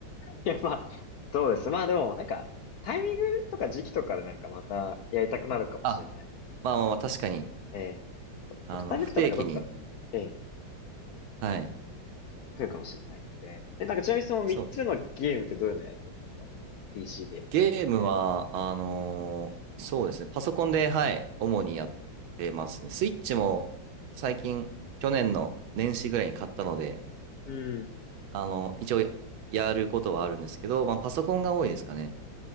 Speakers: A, on the left; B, on the right.
A: いや、まあ、そうです。まあでもなんか、タイミングとか時期とかでなんかまたやりたくなるかもしれない。
B: あ、まあまあまあ確かに、
A: ええ。なんかまたタイミング来たらなんかどっかで、
B: あの、不定期に、
A: ええ、
B: はい、
A: 来るかもしれないんで。え、なんかちなみにその3つのゲームってどういうのやってるんですか
B: そうですね。
A: ?PC ゲーム。
B: ゲームは、あのーそうですね、パソコンで、はい、主にやってますね。スイッチも最近、去年の年始ぐらいに買ったので、
A: うん。
B: あの、一応ややることはあるんですけど、まあパソコンが多いですかね。